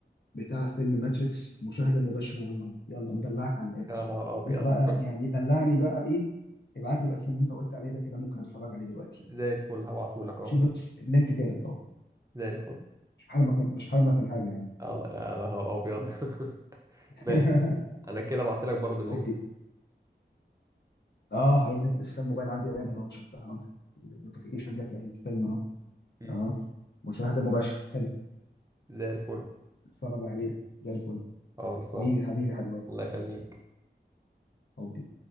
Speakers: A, on the left; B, on the right.
A: بتاع فيلم ماتريكس مشاهده مباشره يا عم اهو يلا مدلعك على الاخر
B: يا
A: اهو
B: نهار أبيض
A: انت بقى يعني إيه، دلعني بقى ايه ابعت لي بقى الفيلم اللي انت قلت عليه ده كده ممكن اتفرج عليه دلوقتي
B: <laughs> زي الفل هبعتهولك أهو
A: شوف بس اللينك جالك اهو
B: زي الفل
A: مش حرمك من- مش حرمك من حاجه يعني
B: يلا يا نهار أبيض <laughs>
A: <laughs>
B: ماشي انا كده بعت لك برضو اللينك
A: هوبي اه هي ده. لسه الموبايل عندي رن اهو شفتها اهو النوتيفيكيشن جت لي الفيلم اهو
B: مم.
A: اه مشاهده مباشره حلو
B: زي الفل
A: اتفرج عليه ده زي الفل
B: اه خلصان
A: حبيبي حبيبي حبيبي
B: الله يخليك
A: هوبي